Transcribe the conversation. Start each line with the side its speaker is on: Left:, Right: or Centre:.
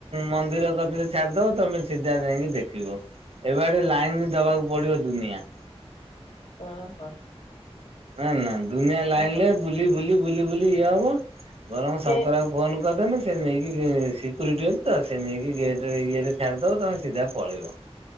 Right: ମନ୍ଦିର କତିରେ ଛାଡିଦବ ତମେ ସିଧା ଯାଇକି ଦେ ଖିବ ଏବାଟେ ଲାଇନି ଦବାକୁ ପଡିବ ଦୁନିଆ।
Left: ଓହ।
Right: ଏନା ଦୁନିଆ ଲାଇନରେ
Left: ହଉଛି
Right: ବୁଲି ବୁଲି ବୁଲି ବୁଲି ଇଏ ହବ ବରଂ
Left: ସେ
Right: ଶଙ୍କରାକୁ ଫୋନ କରିଦେମି ସିଏ ନେଇକି ଗେ ସିକ୍ୟୁରିଟି ଅଛି ତ ସେ ନେଇକି ଗେଟ ଇଏରେ ଛାଡ଼ିଦବ ତମେ ସିଧା ପଳେଇବ।